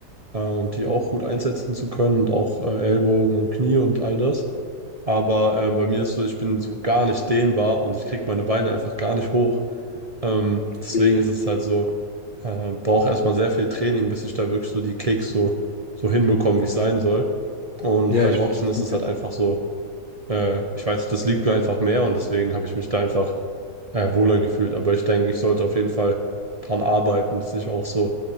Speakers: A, on the right; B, on the left.
A: äh, und die auch gut einsetzen zu können und auch äh, Ellbogen und Knie und all das. Aber ähm, bei mir ist so, ich bin so gar nicht dehnbar und ich kriege meine Beine einfach gar nicht hoch. Ähm, deswegen
B: Wie-
A: ist es halt so, äh, brauche erstmal sehr viel Training, bis ich da wirklich so die Kicks so, so hinbekomme, wie es sein soll. Und
B: Ja,
A: beim
B: ich
A: Boxen
B: weiß, was
A: ist
B: du
A: es
B: meinst.
A: halt einfach so. Äh, ich weiß, das liegt mir einfach mehr und deswegen habe ich mich da einfach äh, wohler gefühlt. Aber ich denke, ich sollte auf jeden Fall dran arbeiten, dass ich auch so,